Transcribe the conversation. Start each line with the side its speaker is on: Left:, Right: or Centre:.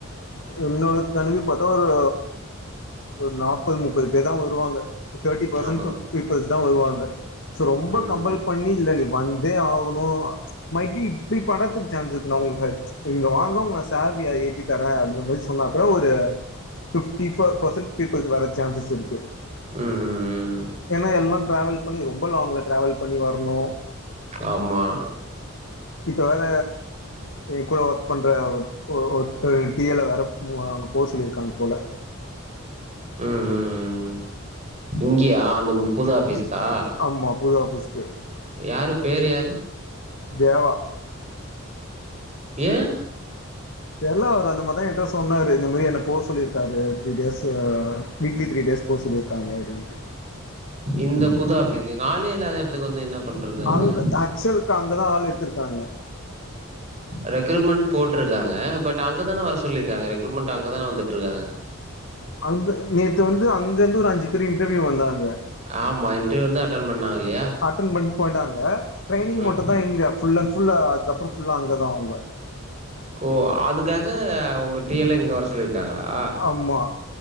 Left: என்னோட கனிப்பு பாத்தா ஒரு ஒரு நாப்பது முப்பது பேர் தா வருவாங்க தேர்ட்டி பெர்ஸன்ட்
Right: நாப்பதா
Left: பீப்பில்ஸ் தாசோ வருவாங்க ரொம்ப
Right: ம்
Left: கம்பல் பண்ணி இல்ல நீ வந் தே ஆகணு மைட்பி இப்டி பண்றத்துக்கு சான்ஸ் இருக்கு நா உங்களுக்கு இங்க வாங்க உங்க சேலரிய ஏத்தி தரே <unintelligible> சொன்னா ஒரு பிஃப்டி ஃபோர் பெர்சன்ட் பீப்பிள் வர சான்சஸ் இருக்கு
Right: ம் ம் ம்
Left: ஏனா எல்லா ட்ராவல் பண்ணி ரொம்ப லாங்ல ட்ராவல் பண்ணி வரணு
Right: ஆமா
Left: இப்ப வேற என் கூட ஒர்க் பண்ற ஒ ஒ ஒருத்தர் டிஎல்லா வேற போ அங்க போ சொல்லி இருக்காங்க போல
Right: ம் ம் ம் ம் இங்கயா அந்த புது ஆஃபீஸ்கா
Left: ஆமா புது ஆஃபிஸ்கு
Right: யாரு பேரு யாரு
Left: தேவா
Right: ஏ
Left: தெர்ல அவர் அந்த மாரிதா என்ட சொன்னாரு இந்த மாரி என்ன போ சொல்லிருக்காரு த்ரீ டேஸு வீக்லி த்ரீடேஸ் போ சொல்லிருக்காங்க அப்டின்ட்டு
Right: இந்த புது ஆஃபிஸ் ஆளே இல்லாத எடத்துக்கு வந்து என்ன பண்றது அவங்க
Left: அங்க ஆக்சுவலுக்கு அங்க தா ஆள் எடுத்துருக்காங்க
Right: ரெக்ரூட்மெண்ட் போட்டுருக்காங்கா பட் அங்கதான வர சொல்லிருக்காங்க ரெக்ரூட்மெண்ட் அங்கதான வந்துட்ருக்காங்க
Left: அங்க நேத்து வந்து அங்க இருந்து ஒரு அஞ்சு பேர் இன்டர்வியூ வந்தாங்க
Right: ஆமா இன்டர்வியூ வந்து அட்டன் பண்ணாங்க இல்லையா
Left: அட்டன் பண்ட்டு போய்ட்டாங்க ட்ரைனிங்
Right: ம்
Left: மட்டு தா இங்க ஃபுல் அண்ட் ஃபுல்லா அதுக்கப்றோ ஃபுல்லா அங்க தா அவுங்க
Right: ஓ அதுக்காக உங்க டீ எல் ல இங்க வர சொல்லியிருக்காங்களா
Left: ஆமா